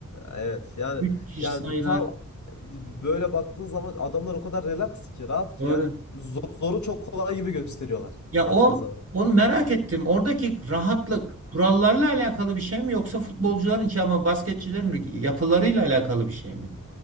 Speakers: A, on the left; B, on the right.
A: evet yani
B: Müthiş
A: yani
B: sayılar.
A: tam böyle baktığın zaman adamlar o kadar relax ki rahat
B: Doğru.
A: ki yani zo- zoru çok kolay gibi gösteriyorlar
B: Ya
A: baktığın
B: o
A: zaman.
B: onu merak ettim. Oradaki rahatlık kurallarla alakalı bir şey mi yoksa futbolcuların ki ama basketçilerin mi yapılarıyla alakalı bir şey mi?